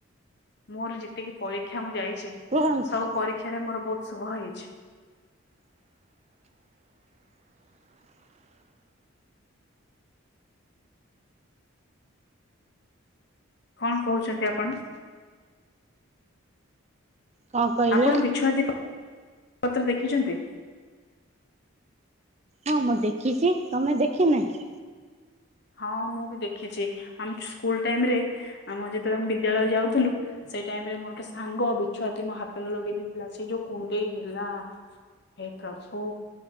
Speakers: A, on the left; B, on the right.
A: ମୋର ଯେତିକି ପରୀକ୍ଷା ମୁଁ ଯାଇଚି
B: କୁହନ୍ତୁ
A: ସବୁ ପରୀକ୍ଷାରେ ମୋର ବହୁତ ଶୁଭ ହେଇଚି। କଣ କହୁଚନ୍ତି ଆପଣ?
B: କଣ କହିଲେ?
A: ଆପଣ ବିଛୁଆତିପ ପତ୍ର ଦେଖିଚନ୍ତି?
B: ହଁ ମୁଁ ଦେଖିଚି ତମେ ଦେଖିନ କି?
A: ହଁ ମୁଁ ବି ଦେଖିଚି ଆମ ସ୍କୁଲ ଟାଇମ ରେ ଆମ ଯେତେବେଳେ ଆମେ ବିଦ୍ୟାଳୟ ଯାଉଥିଲୁ ସେଇ ଟାଇମ ରେ ମୋର ଗୋଟେ ସାଙ୍ଗ ବିଛୁଆତି ମୋ ହାତରେ ଲଗେଇ ଦେଇଥିଲା ସେଇ ଯୋଉ କୁଣ୍ଡେଇ ହେଲା। ଏ ପ୍ରଭୁ